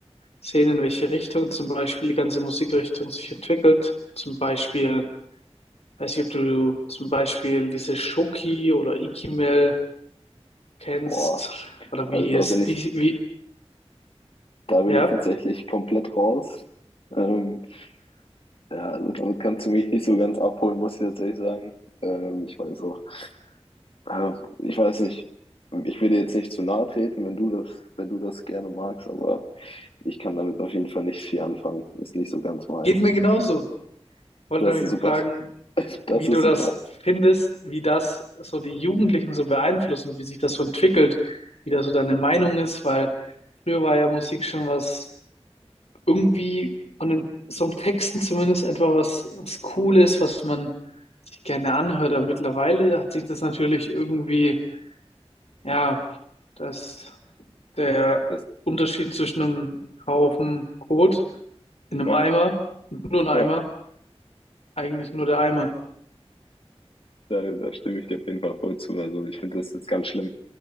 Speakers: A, on the left; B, on the left.
A: sehen, in welche Richtung zum Beispiel die ganze Musikrichtung sich entwickelt? Zum Beispiel, weiß nicht, ob du zum Beispiel diese Shoki oder Ikimel kennst
B: Boah,
A: oder
B: also
A: wie
B: da
A: es
B: bin
A: die,
B: ich,
A: wie,
B: da bin
A: ja,
B: ich tatsächlich komplett raus. Ähm, ja, also damit kannst du mich nicht so ganz abholen, muss ich tatsächlich sagen. Ähm, ich weiß auch. Also, ich weiß nicht. Ich will dir jetzt nicht zu nahe treten, wenn du das, wenn du das gerne magst, aber ich kann damit auf jeden Fall nicht viel anfangen. Ist nicht so ganz meins.
A: geht mir genauso. Wollte
B: Das
A: mich
B: ist
A: mal
B: super.
A: fragen,
B: <laughs> Das
A: wie
B: ist
A: du das
B: super.
A: findest, wie das so die Jugendlichen so beeinflusst und wie sich das so entwickelt, wie da so deine Meinung ist, weil früher war ja Musik schon was irgendwie von den Songtexten zumindest etwa was, was Cooles, was man sich gerne anhört, aber mittlerweile hat sich das natürlich irgendwie, ja, dass der
B: Das,
A: Unterschied zwischen einem Haufen Kot in einem
B: ja,
A: Eimer und nur ein Eimer,
B: ja,
A: eigentlich nur der Eimer.
B: da, da stimme ich dir auf jeden Fall voll zu. Also ich finde das jetzt ganz schlimm